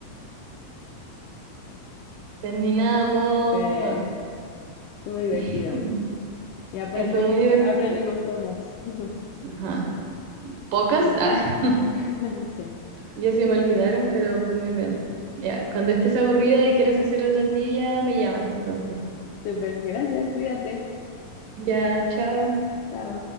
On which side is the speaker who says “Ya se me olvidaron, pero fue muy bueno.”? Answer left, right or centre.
Right